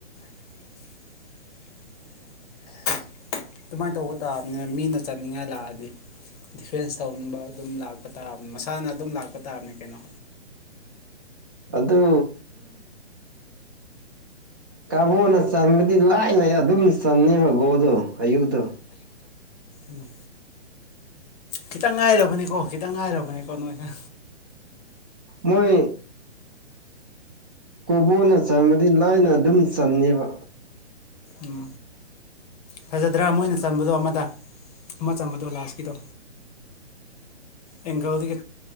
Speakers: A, on the left (about 35°); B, on the right (about 20°).
A: <inaudible> <unintelligible> ꯑꯗꯨꯃꯥꯏꯅ ꯇꯧꯕ ꯇꯥꯕꯅꯦ ꯃꯤꯅ ꯆꯠꯅꯤꯡꯉꯥꯏ ꯂꯥꯛꯑꯗꯤ ꯗꯤꯐꯦꯟꯁ ꯇꯧꯅꯤꯡꯕ ꯑꯗꯨꯝ ꯂꯥꯛꯄ ꯇꯥꯕꯅꯤ ꯃꯁꯥꯅ ꯑꯗꯨꯝ ꯂꯥꯛꯄ ꯇꯥꯕꯅꯤ ꯀꯩꯅꯣ
B: ꯑꯗꯨ ꯀꯥꯕꯣꯅ ꯆꯟꯕꯗꯤ ꯂꯥꯏ ꯂ ꯑꯗꯨꯝ ꯆꯟꯅꯉꯕ ꯒꯣꯗꯣ ꯑꯌꯨꯗ
A: ꯎꯝ ꯈꯤꯇꯪ ꯉꯥꯏꯔꯕꯅꯤꯀꯣ ꯈꯤꯇꯪ ꯉꯥꯏꯔꯕꯅꯤꯀꯣ ꯅꯣꯏꯁꯦ
B: ꯃꯣꯏ ꯀꯣꯕꯣꯅ ꯆꯟꯕꯗꯤ ꯂꯥꯏꯅ ꯑꯗꯨꯝ ꯆꯉꯕ
A: ꯎꯝ ꯐꯖꯗ꯭ꯔꯥ ꯃꯣꯏꯅ ꯆꯝꯕꯗꯣ ꯑꯃꯗ ꯑꯃ ꯆꯝꯕꯗꯣ ꯂꯥꯁꯀꯤꯗꯣ ꯑꯦꯡꯒꯜꯗꯒꯤ